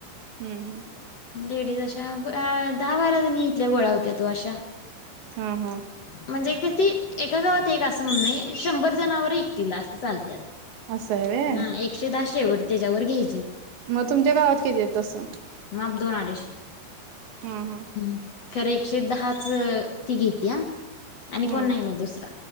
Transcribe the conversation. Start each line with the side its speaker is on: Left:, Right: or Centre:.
Right: हम् हम्
Left: लेडीज अशा दहा बारा जणी इथल्या गोळा्या होत्या तो अशा
Right: हा हा
Left: म्हणजे क ते एका गावात एक असं म्हण नाही शंभर जणावर एकटला असं चालत
Right: असं आहे व्हय
Left: हा एकशे द शवट त्याच्यावर घ्याय
Right: मग तुमच्या गावात किती आहे तसं
Left: माप दोन आडीशी
Right: हा हा
Left: हम्म करे एकशे दहाच ती घेत या आणि कोण
Right: हा
Left: नाही मग दुसरा